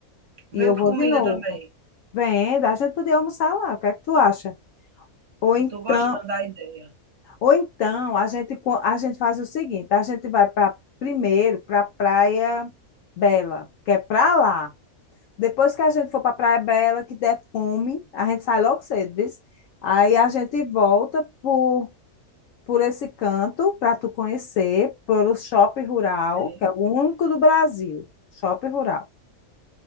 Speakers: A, on the right; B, on the left.
A: vendo
B: E eu vou
A: comida
B: de novo.
A: também.
B: Vem, dá, a gente podia almoçar lá. O que é que tu acha? Ou então,
A: Eu estou gostando da ideia.
B: ou então a gente, co- a gente faz o seguinte: a gente vai para primeiro para Praia Bela, que é para lá. Depois que a gente for para Praia Bela, que der fome, a gente sai logo cedo, viu? Aí a gente volta por, por esse canto para tu conhecer, pelo shopping rural,
A: Sim,
B: que é o único do Brasil, shopping rural.